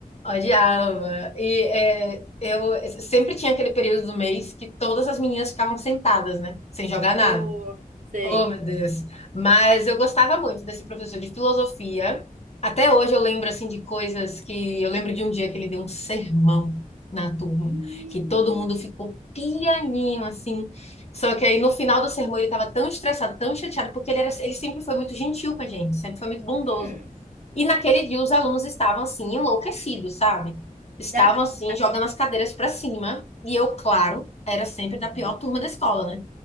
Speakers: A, on the left; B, on the right.
A: Odiava. E é, eu sempre tinha aquele período do mês que todas as meninas ficavam sentadas, né? Sem jogar nada.
B: Oh, sei.
A: Oh, meu Deus. Mas eu gostava muito desse professor de filosofia. Até hoje eu lembro assim de coisas que eu lembro de um dia que ele deu um sermão na turma,
B: Ih,
A: que todo mundo ficou pianinho assim. Só que aí no final do sermão ele estava tão estressado, tão chateado, porque ele era, ele sempre foi muito gentil com a gente, sempre foi muito bondoso.
B: hum.
A: E naquele dia os alunos estavam assim enlouquecidos, sabe? Estavam
B: <laughs>
A: assim jogando as cadeiras para cima, e eu, claro, era sempre da
B: Uhum.
A: pior turma da escola, né?